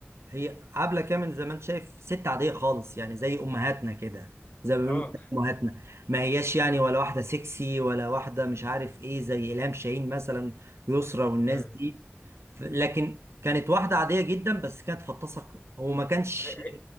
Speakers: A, on the right; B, on the left.
A: هي عبلة كامل زي ما انت شايف ست عادية خالص يعني زي امهاتنا كده زي ما
B: اه
A: بيقولوا امهاتنا ما هياش يعني ولا واحدة سكسي ولا واحدة مش عارف ايه زي إلهام شاهين مثلا يسرا والناس
B: لا
A: دي
B: لا
A: ف- لكن كانت واحدة عادية جدا بس كانت فطسك وما كانش
B: هي- هي-